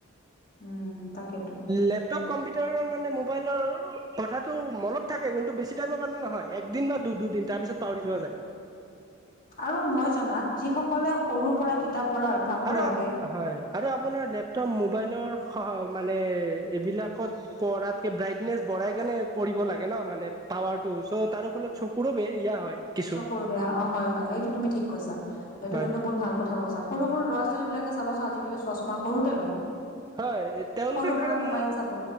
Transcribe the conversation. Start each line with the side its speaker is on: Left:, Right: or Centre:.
Left: উম, তাকেতো
Right: লেপটপ, কম্পিউটাৰৰ মানে মোবাইলৰ কথাটো মনত থাকে কিন্তু বেছি টাইমৰ কাৰানে নহয় একদিন বা দু দুদিন তাৰ পিছত পাহৰি যোৱা যায়। <unintelligible>
Left: আৰু মই জনাত যিসকলে সৰুৰ পৰা কিতাপ। পঢ়াৰ অভ্যাসটো
Right: আৰু
Left: ৰাখে
Right: হয় আৰু আপোনাৰ লেপটপ মোবাইল মোবাইলৰ স মানে এইবিলাকত পঢ়াতকে ব্ৰাইটনেছ বঢ়াই কেনে পৰিব লাগে ন। ন মানে টাৱাৰ টো ওচৰত তাৰো ফলত চকুৰো বেয়া ইয়া হয়। কিছু
Left: চকুৰ বেয়া অ হয় হয় সেইটো তুমি ঠিক কৈছা সেইটো
Right: হয়
Left: কিন্তু বহুত ভাল কথা কৈছা। সৰু সৰু ল'ৰা ছোৱালীবিলাকে চাবাচোন আজিকালি চশমা সৰুতে লয়।
Right: হয় তেওঁলোকে
Left: সৰুৰ
Right: কাৰণ
Left: পৰা মোবাইল চাব